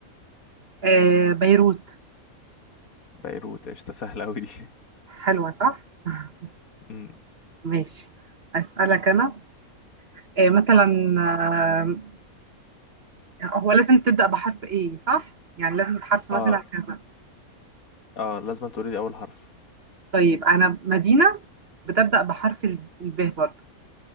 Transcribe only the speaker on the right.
آه بيروت
حلوة صح <laughs>
ماشي اسألك انا آه مثلا آه هو لازم تبدأ بحرف ايه صح يعني لازم بحرف
مثلا كذا
طيب انا مدينة بتبدأ بحرف ال- الب برضه